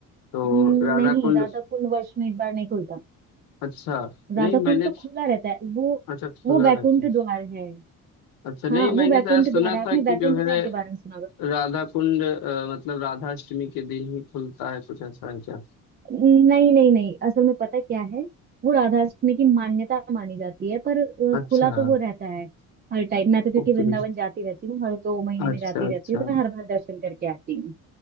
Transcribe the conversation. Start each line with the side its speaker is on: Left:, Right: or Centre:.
Right: हम्म,
Left: तो राधा
Right: नहीं
Left: कुंड
Right: राधा कुंड वर्ष में एक बार नहीं खुलता
Left: अच्छा
Right: राधा
Left: नहीं मैंने
Right: कुंड तो खुला रहता है वो
Left: अच्छा खुला
Right: वो वैकुंठ
Left: रहता है
Right: द्वार है
Left: अच्छा नहीं
Right: हाँ
Left: मैंने
Right: वो वैकुंठ
Left: शायद सुना
Right: द्वार है आपने
Left: था कि
Right: वैकुंठ
Left: जो है
Right: द्वार के बारे में सुना होगा
Left: राधा कुंड आ, मतलब राधाष्टमी के दिन ही खुलता है कुछ ऐसा है क्या
Right: नहीं नहीं नहीं असल में पता क्या है वो राधा अष्टमी की मान्यता मानी जाती है पर अ,
Left: अच्छा
Right: खुला तो वो रहता है हर टाइम मैं तो क्योंकि
Left: ओके
Right: वृंदावन जाती रहती हूँ हर दो महीने
Left: अच्छा
Right: में जाती
Left: अच्छा
Right: रहती हूँ तो मैं हर बार दर्शन करके आती हूँ